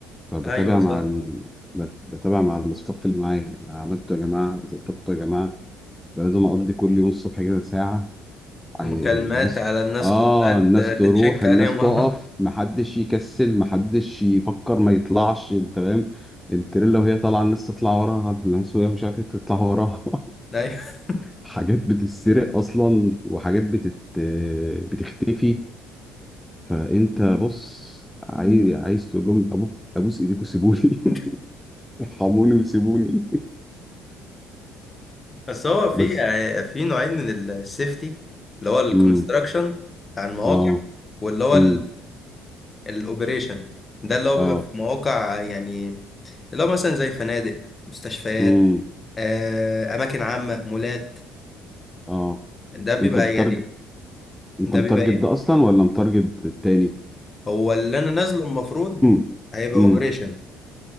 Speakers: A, in the centre; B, on the left.
A: فبتابع
B: ايوه صح
A: مع ال... بت- بتابع مع الستاف اللي معايا عملته يا جماعة ظبطته يا جماعة لازم أقضي كل يوم الصبح كده ساعة عي-
B: مكالمات
A: الناس
B: على الناس
A: آه
B: كلها ت-
A: الناس تروح
B: تتشك
A: الناس
B: عليهم
A: تقف
B: <laughs>
A: محدش يكسل محدش يفكر ما يطلعش تمام التريلا وهي طالعة الناس تطلع وراها الناس وهي مش عارفة تطلع وراها <laughs>
B: ايوه
A: حاجات بتتسرق أصلا وحاجات بتت... بتختفي فانت بص عايز عايز تقول لهم ابوك ابوس ايديك وسيبوني
B: <laughs>
A: <laughs> ارحموني وسيبوني
B: بس هو في
A: بس
B: في نوعين من السيفتي اللي هو الكونستراكشن
A: امم
B: بتاع المواقع
A: اه
B: واللي هو
A: امم
B: الاوبريشن ده اللي هو
A: اه
B: بيبقى في مواقع يعني اللي هو مثلا زي فنادق مستشفيات
A: امم
B: آه، اماكن عامة مولات
A: اه
B: ده بيبقى
A: انت بتارجت
B: يعني
A: انت
B: ده
A: متارجت
B: بيبقى ايه
A: ده اصلا ولا متارجت التاني
B: هو اللي انا نازله المفروض
A: امم
B: هيبقى
A: امم
B: اوبريشن